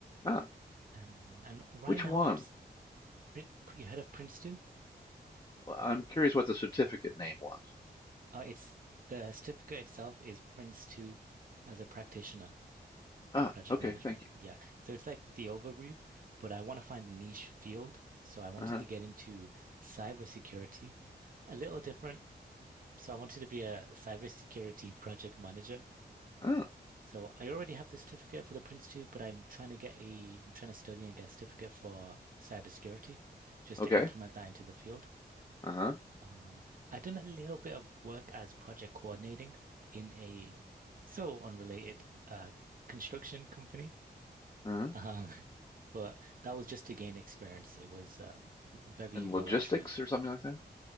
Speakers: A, on the left (about 25°); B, on the right (about 55°).
A: Ah,
B: Um, and right
A: which
B: now
A: one?
B: I'm s- Prin- you heard of Prince 2?
A: Well, I'm curious what the certificate name was.
B: Uh, it's the certificate itself is Prince 2 as a practitioner,
A: Ah,
B: project
A: okay,
B: management.
A: thank you.
B: Yeah. So it's like the overview, but I want to find a niche field. So I wanted
A: Uh-huh.
B: to get into cybersecurity, a little different. So I wanted to be a cybersecurity <laughs> project manager.
A: Ah,
B: So I already have the certificate for the Prince 2, but I'm trying to get a, I'm trying to study and get a certificate for cybersecurity just
A: okay.
B: to implement that into the field.
A: Uh-huh.
B: Um, I've done a little bit of work as project coordinating in a so unrelated uh, construction company.
A: Uh-huh.
B: Um, <laughs> but that was just to gain experience. It was um, very
A: And
B: low
A: logistics
B: entry.
A: or something like that?